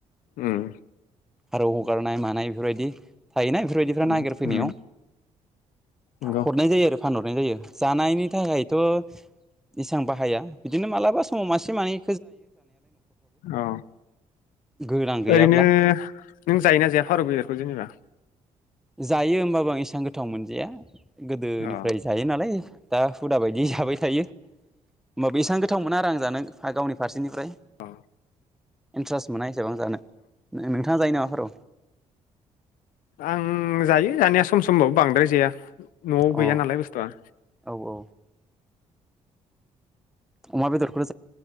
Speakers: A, on the left; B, in the centre.
A: उम
B: फारौ हगारनाय मानाय बेफोरबायदि थायोना बेफोरबायदिफ्रा
A: उम
B: नागिरफैनायाव
A: उम नंगौ
B: हरनाय जायो आरो फानहर नाय जायो जानायनि थाखायथ' इसेबां बाहाया बिदिनो मालाबा समाव मासि मानै
A: अ
B: गोनां गैयाब्ला
A: ओरैनो नों जायोना जाया फारौ बेदरखौ जेनेबा?
B: जायो होमबाबो आं इसेबां गोथाव मोनजाया। गोदोनिफ्राय
A: अ
B: जायो नालाय दा हुदा बायदि जाबाय थायो होमबाबो एसेबां गोथाव मोना आरो आं जानो गावनि फारसेनिफ्राय।
A: औ।
B: इन्टारेस मोननाय नोंथाङा जायो नामा? हर
A: आं जायो जानाया सम समबाव बांद्राय जाया न'आव
B: अ
A: गैया नालाय बुस्थुआ
B: औ औ अमा बेदरखौ